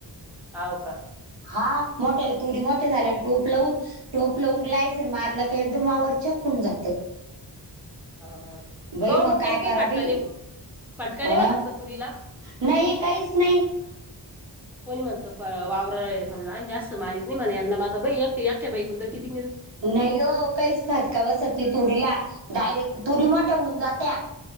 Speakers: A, in the centre; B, on the right (about 75°).
A: हव का?
B: हा मोठ्याला तुरी मोठ्या झाल्या आणि टोपल लावून टोप लावून ग्लायसिर मारलं का एकदम वावर चक होऊन जातं.
A: हा
B: बाई
A: तो
B: मग
A: म
B: काय
A: त्यान
B: करा
A: काही फटका
B: बाई
A: नाय का
B: अ
A: नाय फटका बसत नाय बसत काय तुरीला?
B: नाही काहीच नाही.
A: कोणी म्हणत वावर समजा आणि जास्त मारत नाही म्हणे यंदा मारता एकटे कोण तर किती
B: नाही ओ काहीच फटका बसत नाही तुरीला डायरेक्ट तुरी मोठ्या होऊन जातिया.